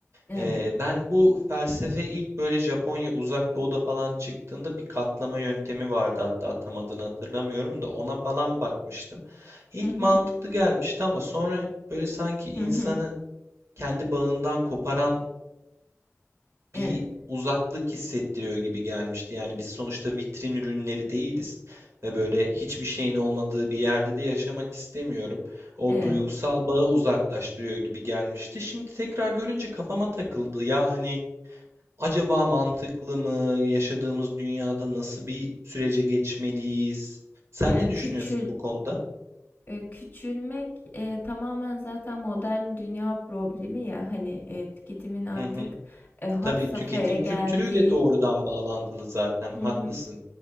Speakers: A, on the left; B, on the right.
A: Evet.
B: Ee, ben bu felsefe ilk böyle Japonya Uzak Doğu'da falan çıktığında bir katlama yöntemi vardı hatta tam adını hatırlamıyorum da ona falan bakmıştım. İlk
A: Hı hı.
B: mantıklı gelmişti ama sonra hep böyle sanki insanı
A: Hı hı.
B: kendi bağından koparan
A: Evet.
B: bir uzaklık hissettiriyor gibi gelmişti. Yani biz sonuçta vitrin ürünleri değiliz ve böyle hiçbir şeyin olmadığı bir yerde de yaşamak istemiyorum. O
A: Evet.
B: duygusal bağı uzaklaştırıyor gibi gelmişti. Şimdi tekrar görünce kafama takıldı. Ya hani acaba mantıklı mı? Yaşadığımız dünyada nasıl bir sürece geçmeliyiz? Sen
A: Yani
B: ne düşünüyorsun
A: küçül
B: bu konuda?
A: e, küçülmek e, tamamen zaten modern dünya problemi ya hani e, tüketimin artık
B: Hı hı.
A: e, had
B: Tabii
A: safhaya
B: tüketim
A: geldiği.
B: kültürüyle doğrudan bağlantılı zaten. Haklısın.
A: Hı hı.